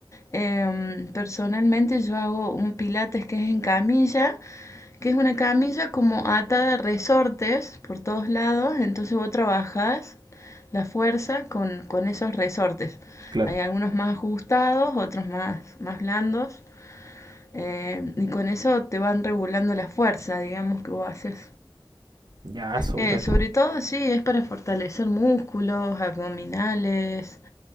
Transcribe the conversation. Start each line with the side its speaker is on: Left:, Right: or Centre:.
Left: Em, personalmente yo hago un pilates que es en camilla, que es una camilla como atada a resortes por todos lados, entonces vos trabajas la fuerza con, con esos resortes.
Right: Claro.
Left: Hay algunos más ajustados, otros más, más blandos, em, y con eso te van regulando la fuerza, digamos, que vos haces.
Right: Ya, súper.
Left: Eh, sobre todo, sí, es para fortalecer músculos, abdominales,